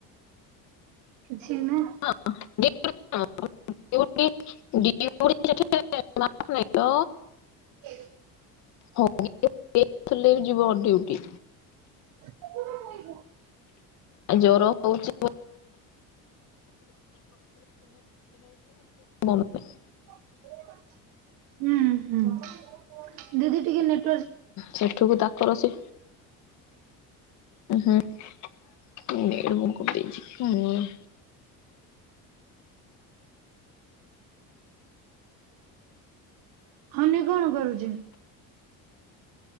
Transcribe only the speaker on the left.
ହଁ <unintelligible> ଯେ <unintelligible> ନାଇ ତ।
<unintelligible> ଫୁଲେଇ ଯିବ ଡିଉଟି।
ଜ୍ୱର ହଉଚି <unintelligible> <unintelligible>
ସେଠୁକୁ ତାକର ସେ ଉ ହୁଁ ଡେଡୁକୁ ମୁଁ କହିଦେଇଛି ଉଁ ଆଁ